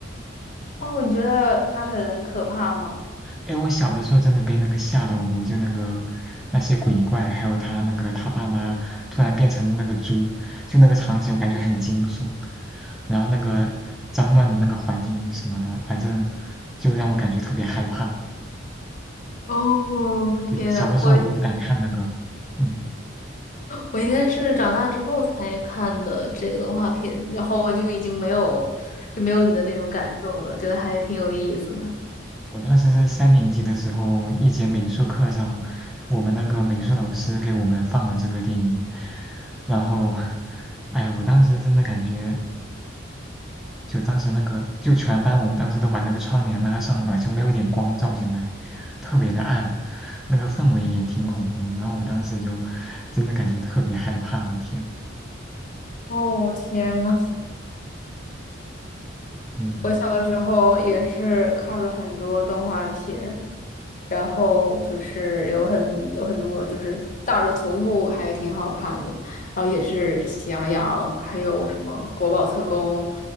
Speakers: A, on the left (about 40°); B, in the centre.
A: 哦，你觉得它很可怕吗？
B: 哎，我小的时候真的被那个吓到过，就那个那些鬼怪，还有他那个他爸妈突然变成那个猪，就那个场景我感觉很惊悚。然后那个脏乱的那个环境什么的，反正就让我感觉特别害怕。
A: 哦，
B: 对，
A: 天啊我
B: 小的时候我都不敢看那个，嗯。
A: 我应该是长大之后才看的这个动画片，然后我就已经没有就没有你的那种感受了，觉得还挺有意思的。
B: 我当时是三年级的时候，一节美术课上，我们那个美术老师给我们放了这个电影，然后，哎，我当时真的感觉，就当时那个，就全班我们当时都把那个窗帘拉上了，就没有一点光照进来，特别的暗，那个氛围也挺恐怖，然后我当时就真的感觉特别害怕，我天，
A: 哦，天呐，
B: 嗯，
A: 我小的时候也是看了很多动画片，然后就是有很有很多就是大热图图还挺好看的，然后也是喜羊羊，还有什么国宝特工，